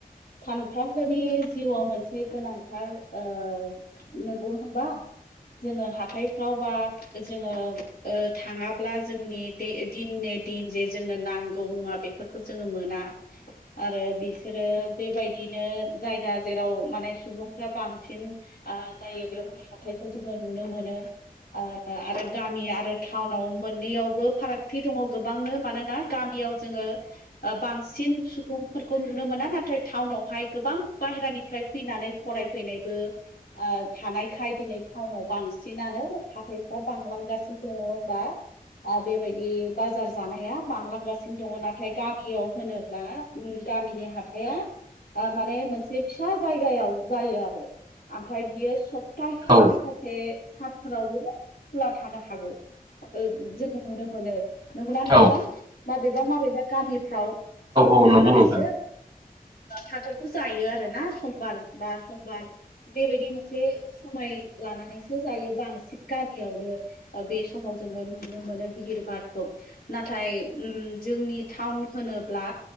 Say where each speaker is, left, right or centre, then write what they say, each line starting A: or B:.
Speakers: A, on the left; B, on the right.
A: सानफ्रोमबोनि जिउआव मोनसे गोनांथार ओ नंगौ होनबा जोङो हाथायफ्राव बा जोङो ओ थाङाब्ला जोंनि दे दिनि नि जे जोंनो नां गौ मुवा बेफोरखौ जोङो मोना आरो बिसोरो बेबायदिनो जायगा जेराव माने सुबुंफ्रा बांसिन ओ जायो बेवहाय हाथाय जोङो नुनो मोनो ओ आरो गामि आरो टाउनाव मोननैयावबो फारागथि दङ गोबांनो मानोना गामियाव जोङो ओ बांसिन सुबुंफोरखौ नुनो मोना नाथाय टाउनावहाय गोबां बाहेरानिफ्राय फैनानै फरायफैनायबो ओ थानायखाय दिनै टाउनाव बांसिनानो हाथथायफ्रा बांलांगासिनो दङ होनबा बेबायदि बाजार जानाया बां लां गासिनो दङ नाथाय गामियाव होनोब्ला गामिनि हाथाइया माने मोनसे फिसा जायगायाव जायो आरो ओमफ्राय बियो सब हि
B: औ
A: माखासे सानफ्रावबो खुला थानो हागौ जोङो नुनो मोनो नंगौना नोंथां
B: औ
A: माबेबा माबेबा गामिफ्राव सम
B: औ
A: लानानैसो
B: नंगौ नोंथां
A: हाथायखौ जायो आरो ना समबार बा समबार बेबायदि मोनसे समाय लानानैसो जायो बांसिन गामियावनो बे समाव जोङो नुनो मोनो भिहिर बारखौ नाथाय उम जोंनि टाउन होनोब्ला